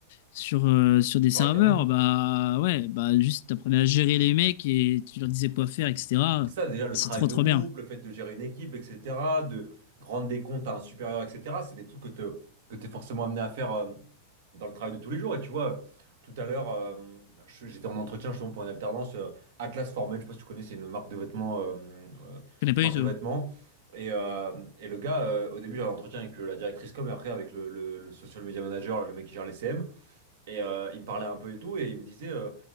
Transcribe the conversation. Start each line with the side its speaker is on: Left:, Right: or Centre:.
Left: sur, euh, sur des
Right: tu
Left: serveurs,
Right: auras camé.
Left: bah ouais, bah juste t'apprenais à gérer les mecs et tu leur disais quoi faire, etc.
Right: C'est ça, déjà le
Left: C'est
Right: travail
Left: trop
Right: de
Left: trop
Right: groupe,
Left: bien.
Right: le fait de gérer une équipe, etc., de rendre des comptes à un supérieur, etc., c'est des trucs que tu que t'es forcément amené à faire euh, dans le travail de tous les jours. Et tu vois, euh, tout à l'heure, euh, je- j'étais en entretien justement pour une alternance euh, Atlas Formel, je sais pas si tu connais, c'est une marque de vêtements, euh, euh,
Left: Je connais pas
Right: marque
Left: du tout.
Right: de vêtements. Et, euh, et le gars, euh, au début, j'avais un entretien avec euh, la directrice com et après avec le, le- le social media manager, le mec qui gère les CM. Et euh, il me parlait un peu et tout, et il me disait, euh,